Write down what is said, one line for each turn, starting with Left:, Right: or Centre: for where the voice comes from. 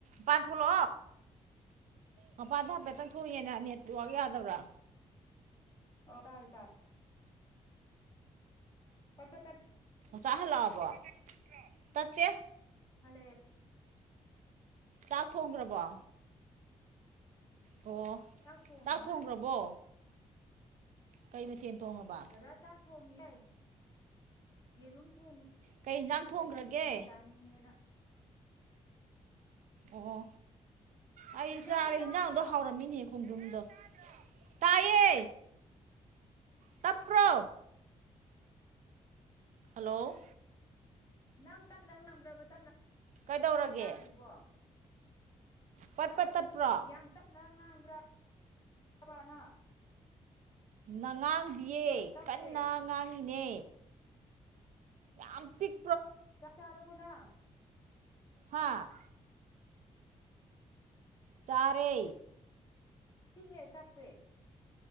Right: ꯄꯥꯟꯊꯂꯣ
Left: hello
Right: ꯃꯄꯥꯟꯗ ꯍꯥꯏꯐꯦꯠꯇꯪ ꯊꯣꯛꯑꯦꯅ ꯅꯦꯠꯋꯥꯛ ꯌꯥꯗꯕ꯭ꯔꯥ
Left: ꯑꯣ ꯇꯔꯦ ꯇꯥꯏ ꯄꯠ ꯄꯠ ꯇ
Right: ꯆꯥꯍ ꯂꯕ ꯇꯠꯇ
Left: ꯍꯂꯦ
Right: ꯆꯥꯛ ꯊꯣꯡꯈ꯭ꯔꯕꯣ ꯑꯣ
Left: ꯊꯣꯡꯉꯤ
Right: ꯆꯥꯛ
Left: ꯃꯥꯅ
Right: ꯊꯣꯡꯈ꯭ꯔꯕꯣ ꯀꯩ ꯃꯊꯦꯜ ꯊꯣꯡꯉꯕ
Left: ꯇꯗꯥ ꯆꯥꯥꯛ ꯐꯣꯡ ꯌꯥꯏ ꯌꯦꯔꯨꯝ ꯊꯣꯡꯉꯤ
Right: ꯀꯩ ꯌꯦꯟꯖꯥꯡ
Left: ꯑꯗꯨ
Right: ꯊꯣꯡꯈ꯭ꯔꯒꯦ
Left: ꯑꯃ ꯌꯦꯔꯨꯝ ꯆꯥꯅꯤꯡꯉꯦꯅ
Right: ꯑꯣ ꯑꯩ
Left: ꯖꯣꯁꯟ
Right: ꯆꯥꯔꯦ
Left: ꯅꯪ ꯇꯥꯗ꯭ꯔꯣ
Right: ꯌꯦꯟꯖꯥꯡꯗꯣ ꯍꯥꯎꯔꯝꯃꯤꯅꯦꯍꯦꯛ ꯈꯨꯨꯝꯗ ꯇꯥꯏꯌꯦ ꯇꯞꯄ꯭ꯔꯣ ꯍꯜꯂꯣ
Left: ꯅꯪ ꯇꯞ ꯅꯪ ꯉꯝꯈ꯭ꯔꯕ ꯇꯞꯅ
Right: ꯀꯩꯗꯧꯔꯒꯦ
Left: ꯇꯥꯏꯁꯤꯕꯣ
Right: ꯄꯠ ꯄꯠ ꯇꯠꯄ꯭ꯔꯣ
Left: ꯌꯥꯝ ꯇꯞꯅ ꯉꯥꯡꯕ꯭ꯔꯥꯕꯅ
Right: ꯅꯉꯥꯡꯗꯤꯌꯦ
Left: ꯑ ꯇꯞꯄꯦ
Right: ꯀꯟꯅ ꯉꯥꯡꯏꯤꯅꯦ ꯌꯥꯝ ꯄꯤꯛ
Left: ꯆꯛ ꯆꯥꯔꯕꯣ ꯅꯪ
Right: ꯍꯥ ꯆꯔꯦ
Left: ꯄꯤꯑꯦ ꯇꯞꯄꯦ